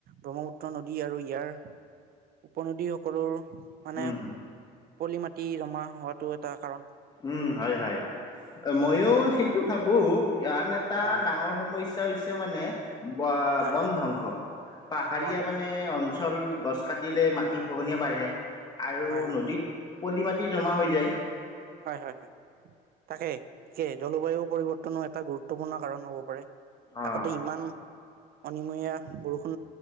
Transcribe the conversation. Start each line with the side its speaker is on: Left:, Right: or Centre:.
Right: ব্ৰহ্মপুত্ৰ নদী আৰু ইয়াৰ উপনদী সকলৰ মানে
Left: উম উম
Right: পলি মাটি জমা হোৱাটো এটা কাৰণ
Left: উম হয় হয় মইয়ো
Right: অ
Left: সেইটো ভাবো বহু কাৰণ এটা
Right: হয়
Left: ডাঙৰ সমস্যা হৈছে মানে বা
Right: হয়
Left: বন
Right: হয়
Left: ধ্বংস পাহাৰীয়া
Right: বন ধ্বংস
Left: মানে অঞ্চল গছ দিলে মাটি খোহনীয়া বাঢ়ে আৰু
Right: হয় হয়
Left: নদীত
Right: হয়
Left: পলি মাটি জমা হৈ যাই।
Right: হয় হয় হয় তাকেই সিকে জলবায়ু পৰিৱৰ্তনো এটা গুৰুত্বপূৰ্ণ কাৰণ হ'ব পাৰে, আগতে
Left: অ
Right: ইমান অনমীয়া বৰষ